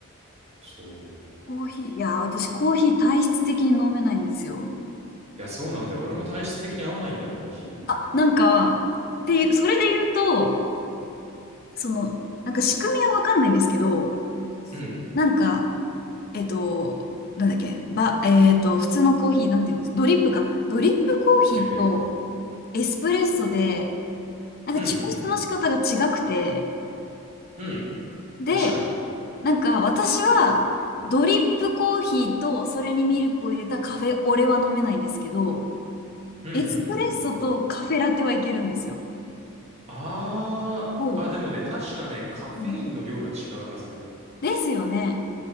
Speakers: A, on the right (about 30°); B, on the left (about 40°).
A: そう。
B: コーヒー。いや、私コーヒー体質的に飲めないんですよ。
A: いや、そうなんだよ。俺も体質的に合わないんだよ、コーヒ
B: あ、なんか、っていう、それで言うと、その、なんか仕組みはわかんないんですけど、
A: ー。うん。
B: なんか、えっと、なんだっけ、ば、えっと、普通のコーヒー、なんて言うんです、ドリップか。ドリップコーヒーと
A: トリップ。
B: エスプレッソで、なんか抽出の仕方が違くて、
A: うんうんうん。うん。
B: で、
A: 確かに。
B: なんか私は、ドリップコーヒーとそれにミルクを入れたカフェオレは飲めないんですけど、
A: うんうんうんうん。
B: エスプレッソとカフェラテはいけるんですよ。
A: あー。
B: おう。
A: あ、でもね、確かね、カフェインの量が違うはず。
B: うんですよね。